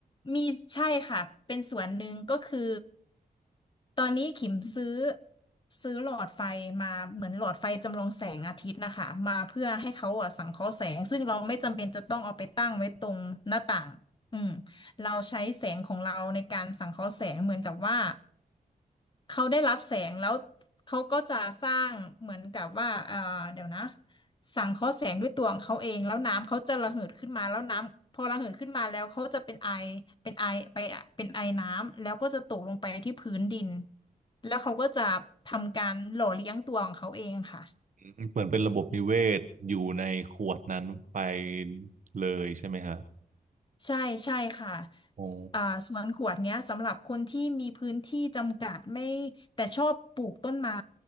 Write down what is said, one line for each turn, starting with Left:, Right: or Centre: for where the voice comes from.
Left: มีใช่ค่ะ เป็นส่วนหนึ่งก็คือตอนนี้ขิมซื้อซื้อหลอดไฟมาเหมือนหลอดไฟจำลองแสงอาทิตย์นะคะ มาเพื่อให้เขาอ่ะสังเคราะห์แสงซึ่งเราไม่จำเป็นจะต้องเอาไปตั้งไว้ตรงหน้าต่าง อืมเราใช้แสงของเราในการสังเคราะห์แสงเหมือนกับว่าเขาได้รับแสงแล้วเขาก็จะสร้างเหมือนกับว่าเอ่อเดี๋ยวนะ สังเคราะห์แสงด้วยตัวของเขาเองแล้วน้ำเขาจะระเหิดขึ้นมาแล้วน้ำพอระเหิดขึ้นมาแล้วเขาจะเป็นไอเป็นไอไปอะเป็นไอน้ำแล้วก็จะตกลงไปที่พื้นดินแล้วเขาก็จะทำการหล่อเลี้ยงตัวของเขาเองค่ะ
Right: อืมเหมือนเป็นระบบนิเวศอยู่ในขวดนั้นไปเลยใช่ไหมฮะ
Left: ใช่ใช่ค่ะ
Right: โอ้
Left: อ่าสวนขวดเนี้ยสำหรับคนที่มีพื้นที่จำกัดไม่แต่ชอบปลูกต้นไม้